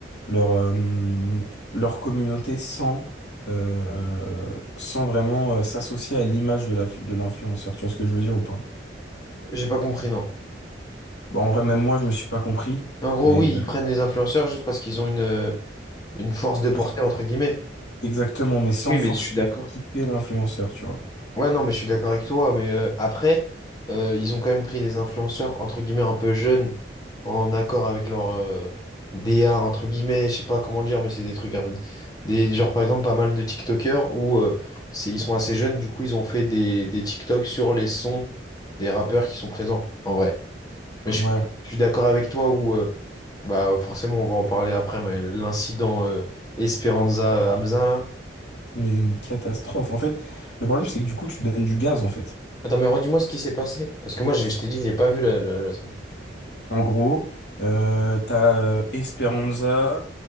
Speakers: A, on the left (about 70°); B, on the left (about 20°).
A: leur euh, leur communauté sans euh, sans vraiment euh, s'associer à l'image de la de l'influenceur, tu vois ce que je veux dire ou pas?
B: J'ai pas compris, non.
A: Bon, en vrai, même moi, je me suis pas compris,
B: En gros,
A: mais
B: oui, ils prennent les influenceurs juste parce qu'ils ont une, euh, Une force de portée,
A: euh,
B: entre guillemets.
A: Exactement, mais sans
B: Oui,
A: forcément
B: mais je suis d'accord.
A: quitter l'influenceur, tu vois.
B: Ouais, non, mais je suis d'accord avec toi. Mais euh, après, euh, ils ont quand même pris des influenceurs, entre guillemets, un peu jeunes, en accord avec leur euh, D A entre guillemets, je sais pas comment dire, mais c'est des trucs. euh, des, genre, par exemple, pas mal de TikTokers où euh, c'est, ils sont assez jeunes, du coup, ils ont fait des, des TikToks sur les sons des rappeurs qui sont présents, en vrai. Mais je,
A: Ouais,
B: je suis d'accord avec toi où, euh, bah, forcément, on va en parler après, mais l'incident euh, Esperanza Hamza, là.
A: mais une catastrophe. En fait, le problème, c'est que du coup, tu donnes du gaz, en fait.
B: Attends, mais redis-moi ce qui s'est passé. Parce que moi, j'ai- je t'ai dit, j'ai pas vu le, le- le truc.
A: En gros, euh, t'as euh, Esperanza,